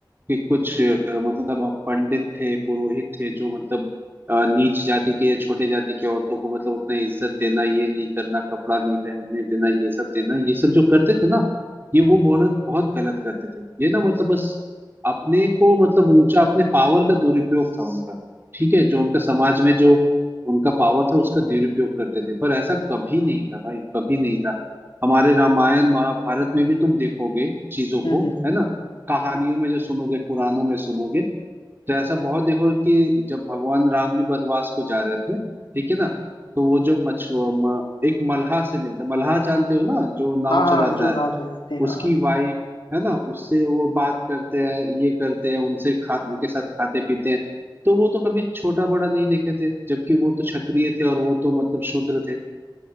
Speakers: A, on the right; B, on the left.
A: कि कुछ अ, मतलब पंडित थे पुरोहित थे जो मतलब अ, नीच जाति के या छोटे जाति के औरतों को मतलब उतना इज्जत देना ये नहीं करना कपड़ा नहीं पहनने देना ये सब देना ये सब जो करते थे ना ये वो
B: हम्म
A: बहुत बहुत गलत करते थे ये ना मतलब बस अपने को मतलब ऊंचा अपने पावर का दुरुपयोग था उनका ठीक है जो उनका समाज में जो उनका पावर था उसका दुरुपयोग करते थे पर ऐसा कभी नहीं था भाई कभी नहीं था हमारे रामायण महाभारत में भी तुम देखोगे चीजों को
B: हम्म। हम्म।
A: है ना कहानियों में जो सुनोगे पुराणों में सुनोगे तो ऐसा बहुत देखोगे कि जब भगवान राम भी वनवास को जा रहे थे ठीक है ना तो वो जो मछुआ म, एक मल्हा से मिलता मल्हा जानते हो ना जो नाव
B: हाँ हाँ
A: चलाता
B: जो नाव
A: है
B: चलाते हैं हाँ
A: उसकी
B: हाँ
A: वाइफ है ना उससे वो बात करते हैं ये करते हैं उनसे खा उनके साथ खाते पीते हैं तो वो तो कभी छोटा बड़ा नहीं देखे थे जबकि वो तो क्षत्रिय थे और वो तो मतलब शूद्र थे